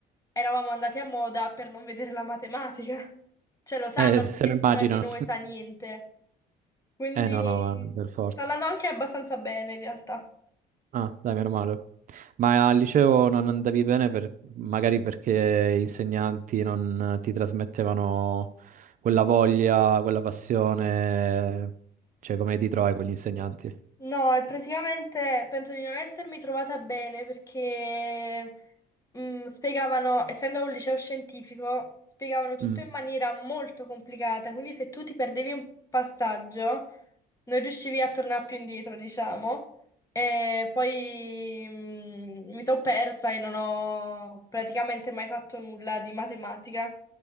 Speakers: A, on the left; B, on the right.
A: eravamo andati a moda per non vedere la matematica, cioè lo sanno
B: Eh,
A: che
B: se lo
A: nessuna
B: immagino.
A: di noi sa niente, quindi
B: Eh no, no, ma per forza.
A: sta andando anche abbastanza bene in realtà.
B: Ah, dai, meno male. Ma al liceo non andavi bene per- magari perché gli insegnanti non ti trasmettevano quella voglia, quella passione, cioè come ti trovi con gli insegnanti?
A: No, e praticamente penso di non essermi trovata bene perché mm, spiegavano, essendo un liceo scientifico, spiegavano tutto
B: Mm.
A: in maniera molto complicata, quindi se tu ti perdevi un passaggio non riuscivi a tornare più indietro, diciamo, e poi mm, mi sono persa e non ho praticamente mai fatto nulla di matematica.